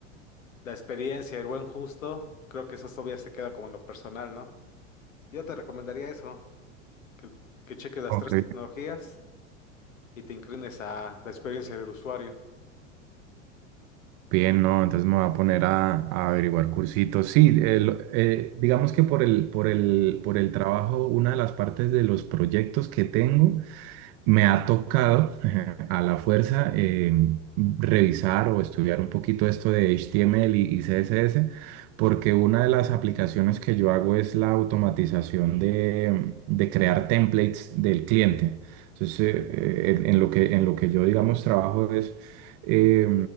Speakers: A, on the left; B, on the right.
A: La experiencia, el buen justo, creo que eso todavía se queda como en lo personal, ¿no? Yo te recomendaría eso, que, que cheques las
B: Ok.
A: tres tecnologías y te inclines a la experiencia del usuario.
B: Bien, no, entonces me voy a poner a, a averiguar cursitos. Sí, eh, lo- eh, digamos que por el, por el, por el trabajo, una de las partes de los proyectos que tengo. Me ha tocado <laughs> a la fuerza eh, revisar o estudiar un poquito esto de HTML y, y CSS, porque una de las aplicaciones que yo hago es la automatización de, de crear templates del cliente. Entonces, eh, eh, en, en lo que, en lo que yo, digamos, trabajo es, eh,